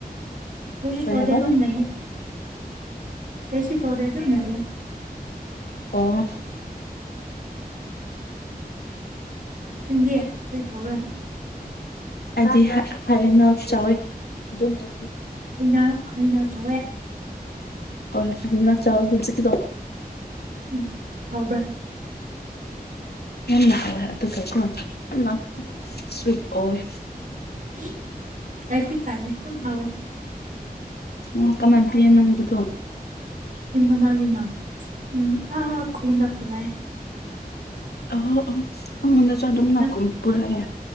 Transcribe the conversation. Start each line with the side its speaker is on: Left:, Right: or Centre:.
Right: ꯀꯔꯤꯁꯨ
Left: ꯀꯔꯤ
Right: ꯇꯧꯗꯦ
Left: ꯍꯥꯏꯕ
Right: ꯑꯗꯨꯝ ꯅꯩꯌꯦ ꯀ꯭ꯔꯤꯁꯨ ꯇꯧꯗꯦ ꯑꯗꯨꯝ ꯅꯩꯌꯦ
Left: ꯑꯣ
Right: ꯅꯪꯗꯤ ꯀꯔꯤ ꯇꯧꯕ꯭ꯔꯥ
Left: ꯍꯥꯏꯗꯤ ꯍꯥꯢ ꯍꯥꯏꯌꯦꯅ ꯆꯥꯎꯋꯦ ꯑꯗꯨꯝ ꯇꯣ
Right: ꯑꯩꯅ ꯍꯩꯅ ꯆꯥꯎꯋꯦ
Left: ꯍꯣꯏ ꯍꯩꯅꯥ ꯆꯥꯎꯋꯦ ꯍꯨꯖꯤꯛꯀꯤꯗꯣ
Right: ꯎꯝ ꯍꯥꯎꯕ꯭ꯔꯥ
Left: ꯌꯥꯝꯅ ꯍꯥꯎꯋꯦ ꯑꯗꯨꯒꯀꯣ ꯌꯥꯝꯅ ꯁ꯭ꯋꯤꯠ ꯑꯣꯏ
Right: ꯎꯝ ꯗ꯭ꯔꯥꯢ ꯐ꯭ꯔꯨꯢꯠ ꯇꯥꯢꯅꯦ ꯌꯥꯝ ꯍꯥꯎꯋꯦ
Left: ꯑꯣ ꯀꯅꯥ ꯄꯤꯌꯦ ꯅꯪꯕꯨꯗꯣ
Right: ꯏꯃꯥꯟꯅꯕꯤꯅꯥ ꯎꯝ ꯈꯨꯟꯅꯛꯄꯅꯦ
Left: ꯑꯍꯣ ꯑꯍꯣ ꯑꯩꯉꯣꯟꯗꯁꯨ ꯑꯗꯨꯝ ꯅꯥꯀꯨꯝ
Right: ꯅꯈꯣꯏ
Left: ꯄꯨꯔꯥꯑꯦ